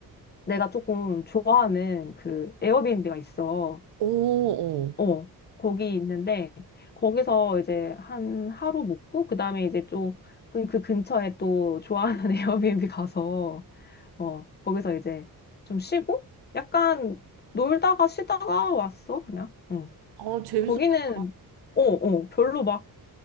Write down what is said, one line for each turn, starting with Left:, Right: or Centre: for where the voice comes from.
Left: 내가 조금 좋아하는 그 에어비앤비가 있어.
Right: 오, 어.
Left: 어, 거기 있는데 거기서 이제 한 하루 묵고 그다음에 이제 좀그 근처에 또 좋아하는 <laughs> 에어비앤비 가서 어, 거기서 이제 좀 쉬고? 약간 놀다가 쉬다가 왔어, 그냥. 응.
Right: 아, 재밌었겠다.
Left: 거기는, 어, 어, 별로 막,